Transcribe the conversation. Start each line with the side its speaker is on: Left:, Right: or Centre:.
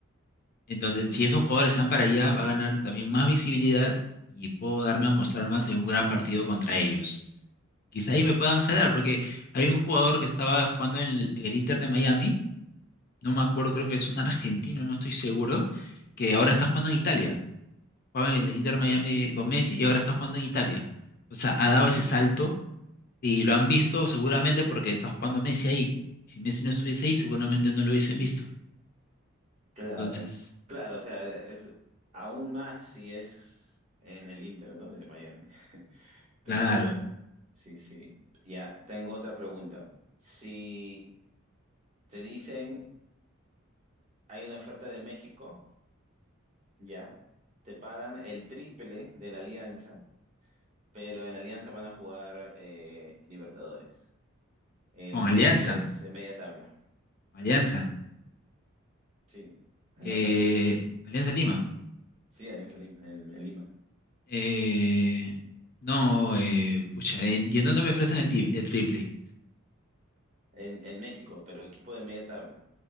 Left: Entonces, si esos jugadores se van para allá, va a ganar también más visibilidad y puedo darme a mostrar más en un gran partido contra ellos. Quizá ahí me puedan jalar, porque hay un jugador que estaba jugando en el, en el Inter de Miami, no me acuerdo, creo que es un argentino, no estoy seguro, que ahora está jugando en Italia jugaba en el Inter
Right: ¿así?
Left: Miami con Messi y ahora está jugando en Italia. O sea, ha dado ese salto y lo han visto seguramente porque está jugando Messi ahí. Y si Messi no estuviese ahí, seguramente no lo hubiesen visto.
Right: Claro,
Left: Entonces,
Right: claro, o sea, es aún más si es en el Inter, ¿no? De Miami. <laughs> Claro,
Left: claro,
Right: claro. Sí, sí. Ya, tengo otra pregunta. Si te dicen hay una oferta de México, ya, te pagan el triple de la Alianza, pero en la Alianza van a jugar eh, Libertadores. El
Left: con
Right: de
Left: Alianza,
Right: México es eh, media tabla.
Left: Alianza,
Right: Sí. ¿Alianza?
Left: eh, Alianza Lima.
Right: Sí, Alianza Lima, en, en Lima.
Left: Eh,
Right: Sí.
Left: no, eh, pucha, eh, ¿y en dónde me ofrecen el, ti- el triple?
Right: En, en México, pero equipo de media tabla.